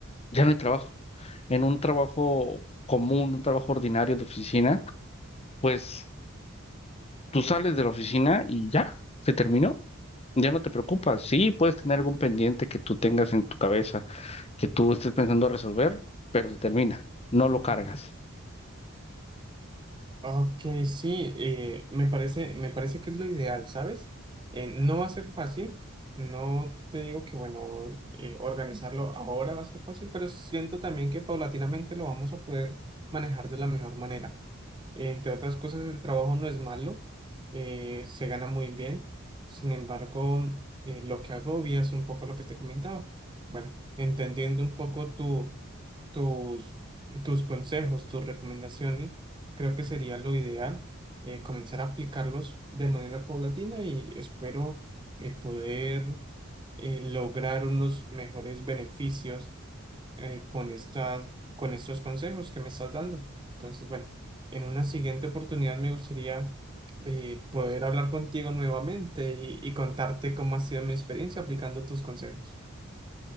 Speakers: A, on the left; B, on the right.
A: ya no hay trabajo. En un trabajo común, un trabajo ordinario de oficina, pues Tú sales de la oficina y ya, se terminó. Ya no te preocupas. Sí, puedes tener algún pendiente que tú tengas en tu cabeza, que tú estés pensando resolver, pero se termina. No lo cargas.
B: Ok, sí, eh, me parece, me parece que es lo ideal, ¿sabes? Eh, no va a ser fácil, no te digo que, bueno, eh, organizarlo ahora va a ser fácil, pero siento también que paulatinamente lo vamos a poder manejar de la mejor manera. Entre otras cosas, el trabajo no es malo, eh, se gana muy bien. Sin embargo, eh, lo que agobia es un poco lo que te comentaba. Bueno, entendiendo un poco tu, tus, tus consejos, tus recomendaciones, creo que sería lo ideal eh, comenzar a aplicarlos de manera paulatina y espero eh, poder eh, lograr unos mejores beneficios eh, con estas, con estos consejos que me estás dando. Entonces, bueno, en una siguiente oportunidad me gustaría eh, poder hablar contigo nuevamente y, y contarte cómo ha sido mi experiencia aplicando tus consejos.